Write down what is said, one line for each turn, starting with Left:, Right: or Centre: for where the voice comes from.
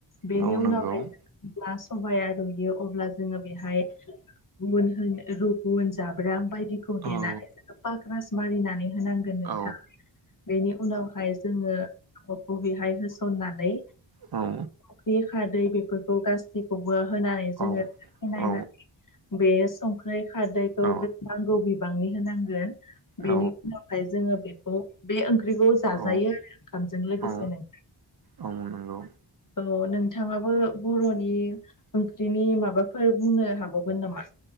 Left: बेनि
Right: औ
Left: उनावहाय
Right: नंगौ औ
Left: जों ब्ला सबाइया रुयो अब्ला जोङो बेहाय मोनहोनो रुगुन जाब्रां बायदिखौ
Right: औ
Left: देनानै
Right: औ
Left: जोङो पाग्रास मारिनानै होनांगोन। गोन नोंथां,
Right: औ
Left: बेनि उनावहाय जोङो अखौ बेहाय होस'ननानै
Right: औ।
Left: फुख्रि खादै बेफोरखौ गासैखौबो होनानै जोङो
Right: औ
Left: खि नायनानै
Right: औ
Left: बे संख्रै खारदैखौ
Right: औ
Left: बे नांगौ बिबांनि होनांगोन। बेनि
Right: औ
Left: उनावहाय जोङो बेखौ बे ओं ख्रिखौ जाजायो
Right: औ
Left: आरो ओंखामजों लोगोसे
Right: औ
Left: नोंथां।
Right: औ नंगौ
Left: औ नोंथाङाबो बर'नि ओंख्रिनि माबाफोर बुंनो हाबावगोन नामा?